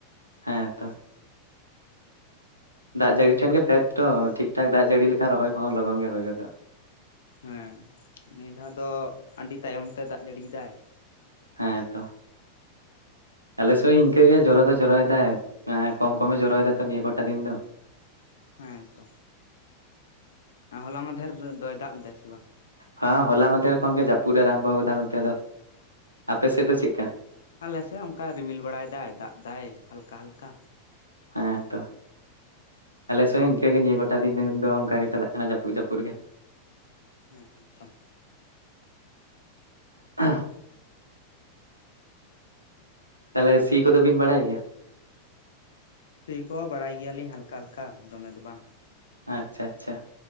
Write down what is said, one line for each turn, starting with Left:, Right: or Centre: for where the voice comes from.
Right: ᱦᱮᱸ ᱛᱚ ᱫᱟᱜ ᱡᱟᱹᱲᱤ ᱴᱷᱮᱱ ᱜᱮ ᱯᱷᱮᱰ ᱛᱚ ᱴᱷᱤᱠ ᱴᱷᱟᱠ ᱫᱟᱜ ᱡᱟᱹᱲᱤ ᱞᱮᱠᱷᱟᱱ ᱨᱚᱦᱚᱭ ᱠᱚᱸᱦᱚᱸ ᱞᱚᱜᱚᱱ ᱜᱮ ᱦᱳᱭ ᱜᱚᱫᱚᱜᱼᱟ᱾
Left: ᱦᱮᱸ ᱱᱤᱭᱟᱹ ᱫᱷᱟᱣ ᱫᱚ ᱟᱹᱰᱤ ᱛᱟᱭᱚᱢ ᱛᱮ ᱫᱟᱜ ᱡᱟᱹᱲᱤᱭᱫᱟᱭ ᱾
Right: ᱦᱮᱸᱛᱚ ᱟᱞᱮᱥᱮᱫ ᱤᱱᱠᱟᱹᱜᱮ ᱡᱚᱨᱚ ᱫᱚ ᱡᱚᱨᱚᱭ ᱫᱟᱭ ᱮ ᱠᱚᱢ ᱠᱚᱢᱮ ᱡᱚᱨᱚᱭᱫᱟᱭ ᱛᱚ ᱱᱤᱭᱟᱹ ᱠᱚᱴᱟ ᱫᱤᱱ ᱫᱚ᱾
Left: ᱦᱮᱸ ᱛᱚ ᱦᱚᱞᱟ ᱢᱟᱫᱷᱮᱨ ᱫᱚᱭ ᱫᱟᱜ ᱞᱮᱫᱟᱭ ᱥᱮ ᱵᱟᱝ᱾
Right: ᱦᱮᱸ ᱦᱚᱞᱟ ᱢᱟᱫᱷᱮᱨ ᱠᱷᱚᱱ ᱜᱮ ᱡᱟᱹᱯᱩᱫ ᱟᱨᱟᱢᱵᱷᱚ ᱠᱟᱫᱟᱭ ᱱᱚᱱᱛᱮ ᱫᱚ ᱟᱯᱮ ᱥᱮᱫ ᱫᱚ ᱪᱮᱫ ᱠᱟ᱾
Left: ᱟᱞᱮᱥᱮ ᱚᱱᱠᱟ ᱨᱤᱢᱤᱞ ᱵᱟᱲᱟᱭ ᱫᱟᱭ ᱫᱟᱜ ᱫᱟᱭ ᱦᱟᱞᱠᱟ ᱦᱟᱞᱠᱟ᱾
Right: ᱦᱮᱸ ᱛᱚ ᱟᱞᱮᱥᱮᱱ ᱦᱚ ᱤᱱᱠᱟᱹ ᱜᱮ ᱱᱤᱭᱟᱹ ᱠᱚᱴᱟ ᱫᱤᱱ ᱫᱚ ᱚᱱᱠᱟ ᱜᱮ ᱪᱟᱞᱟᱜ ᱠᱟᱱᱟ ᱡᱟᱹᱯᱩᱜ ᱡᱟᱹᱯᱩᱜ ᱜᱮ᱾
Left: ᱦᱮᱸ ᱛᱚ
Right: <unintelligible> ᱛᱟᱦᱚᱞᱮ ᱥᱤ ᱠᱚᱫᱚ ᱵᱤᱱ ᱵᱟᱲᱟᱭ ᱜᱮᱭᱟ᱾
Left: ᱥᱤ ᱠᱚᱦᱚ ᱵᱟᱲᱟᱭ ᱜᱮᱭᱟᱞᱤᱧ ᱦᱟᱞᱠᱟ ᱦᱟᱞᱠᱟ ᱫᱚᱢᱮ ᱫᱚ ᱵᱟᱝ᱾
Right: ᱟᱪᱪᱷᱟ ᱟᱪᱪᱷᱟ